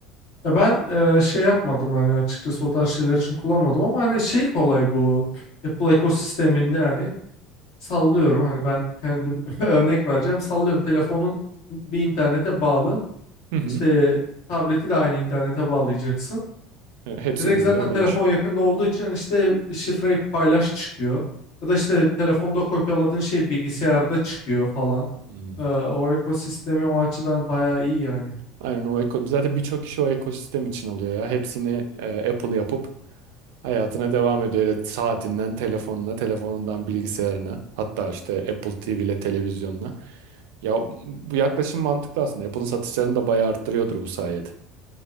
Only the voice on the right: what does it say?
Hı hı.
E, Hepsi
birbiriyle
haberleşiyor.
Hmm.
Aynen o eko zaten birçok kişi o ekosistem için alıyor ya. Hepsini e, Apple yapıp hayatına devam ediyor. Öyle saatinden telefonuna, telefonundan bilgisayarına, hatta işte Apple TV ile televizyonuna. Ya bu yaklaşım mantıklı aslında. Apple'ın satışlarını da bayağı arttırıyordur bu sayede.